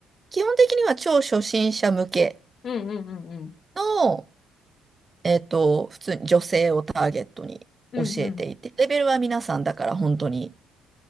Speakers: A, on the right (about 30°); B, on the left (about 55°).
A: 基本的には超初心者向け
B: うんうんうんうん。
A: の、えっと、普通に女性をターゲットに教えていて、
B: うんうん。
A: レベルは皆さんだから本当に